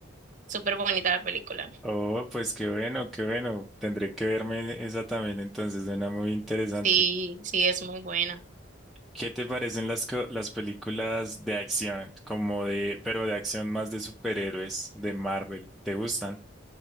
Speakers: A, on the right; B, in the centre.
A: súper bonita la película.
B: Oh, pues qué bueno, qué bueno. Tendré que verme esa también, entonces suena muy interesante.
A: Sí, sí, es muy buena.
B: ¿Qué te parecen las, co- las películas de acción? Como de, pero de acción más de superhéroes, de Marvel. ¿Te gustan?